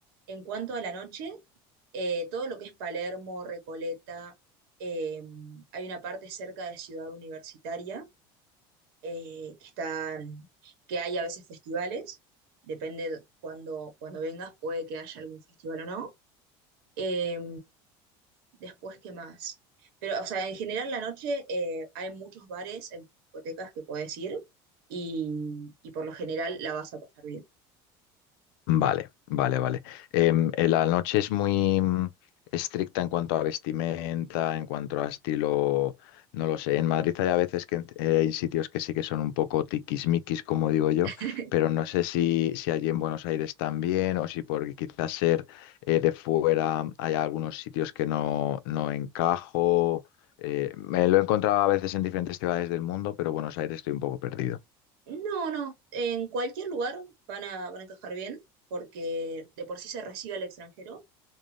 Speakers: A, on the right; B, on the left.
A: en cuanto a la noche, eh, todo lo que es Palermo, Recoleta, eh, hay una parte cerca de Ciudad Universitaria eh, que están, que hay a veces festivales, depende cuando, cuando vengas, puede que haya algún festival o no. Eh, después, ¿qué más? Pero, o sea, en general la noche eh, hay muchos bares, en discotecas que puedes ir y, y por lo general la vas a pasar bien.
B: Vale, vale, vale. Em, eh, la noche es muy mm, estricta en cuanto a vestimenta, en cuanto a estilo, no lo sé. En Madrid hay a veces que en- eh, hay sitios que sí que son un poco tiquismiquis, como digo yo,
A: <laughs>
B: pero no sé si, si allí en Buenos Aires también o si por quizás ser eh, de fuera hay algunos sitios que no, no encajo. Eh, me lo he encontrado a veces en diferentes ciudades del mundo, pero Buenos Aires estoy un poco perdido.
A: No, no, en cualquier lugar van a, van a encajar bien, porque de por sí se recibe al extranjero.